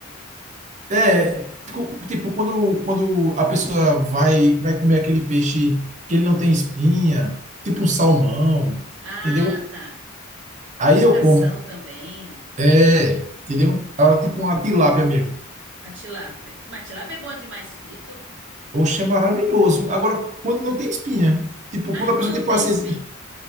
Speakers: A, on the right; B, on the right.
A: é, tipo, tipo, quando, quando a pessoa vai, vai comer aquele peixe que ele não tem espinha, tipo um salmão,
B: Ah,
A: entendeu?
B: tá.
A: Aí
B: Tem o
A: eu
B: cação
A: como.
B: também.
A: É, entendeu? Ah, Tipo uma tilápia mesmo.
B: A tilápia. Mas tilápia é bom demais frito.
A: Oxe, é maravilhoso. Agora, quando não tem espinha, tipo,
B: Ah,
A: quando a pessoa
B: quando
A: tem paciência,
B: tem espinho.